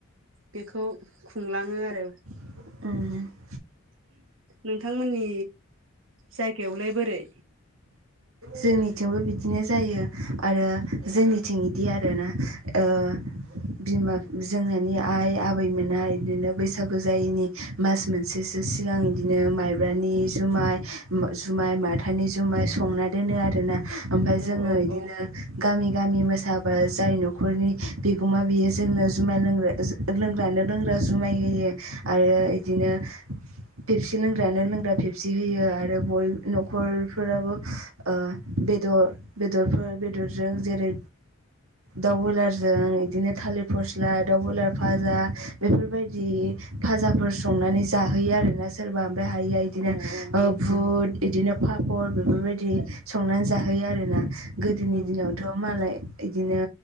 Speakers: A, on the right; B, on the right.
A: बेखौ खुंलाङो आरो
B: <inaudible>
A: नोंथांमोननि जायगायावलाय बोरै
B: जोंनिथिंबो बिदिनो जायो आरो जोंनिथिं बिदि आरोना ओ बिमा जोंनानि आइ आबैमोना बिदिनो बैसागु जायैनि मास मोनसेसो सिगां बिदिनो माइब्रानि जुमाय जुमाय माथानि जुमाय संनानै दोनो आरोना ओमफ्राय
A: औ
B: जोङो बिदिनो
A: औ
B: गामि गामि मोसाबा जाय न'खरनि बिगोमा बियो जोंनो जुमाय लोंग्रा लोंग्रानो लोंग्रा जुमाय होयो आरो बिदिनो। फेबसि लोंग्रायानो लोंग्रा फेबसि होयो आरो बय न'खरफोराबो ओ बेदर बेदरफोर बेदरजों जेरै दाउ बुलारजों बिदिनो थालिर फस्ला दाउ बुलार भाजा बेफोरबायदि फाजाफोर संनानै जाहोयो आरोना। सोरबा ओमफ्राय हायया बिदिनो
A: औ औ औ
B: बुट बिदिनो पापर बेफोरबायदि संनानै जाहोयो आरोना गोदोनि
A: औ
B: दिनावथ' मालाय बिदिनो